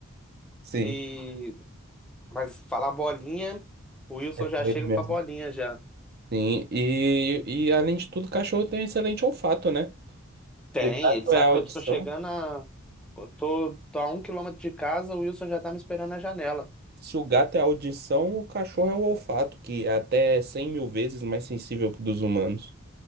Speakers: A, on the right; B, in the centre.
A: Sim.
B: E... Mas falar bolinha, o Wilson
A: É com
B: já chega
A: ele mesmo.
B: com a bolinha já.
A: Sim, e, e além de tudo, o cachorro tem um excelente olfato, né?
B: Tem,
A: O gato
B: ele sabe
A: é a audição.
B: que eu tô chegando a... Eu tô, tô a um quilômetro de casa, o Wilson já tá me esperando na janela.
A: Se o gato é a audição, o cachorro é o olfato, que é até cem mil vezes mais sensível que o dos humanos.